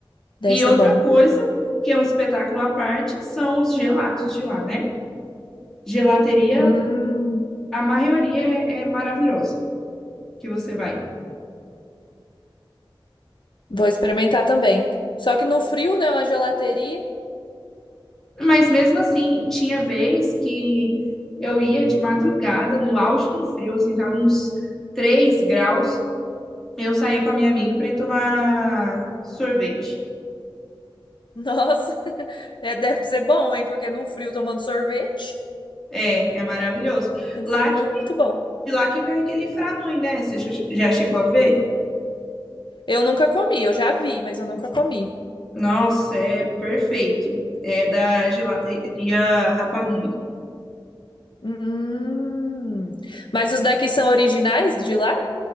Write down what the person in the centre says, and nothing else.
E
outra
coisa, que é um espetáculo à parte, são os gelatos de lá, né? Gelateria,
a maioria é, é maravilhosa que você vai.
Mas mesmo assim, tinha vez que eu ia de madrugada, no auge do frio, assim, tava uns 3 graus. Eu saía com a minha amiga para ir tomar sorvete.
É, é maravilhoso.
Lá
que,
de lá que vem aquele franui, né? Você já já chegou a ver?
Nossa, é perfeito. É da gelateria Rapanui.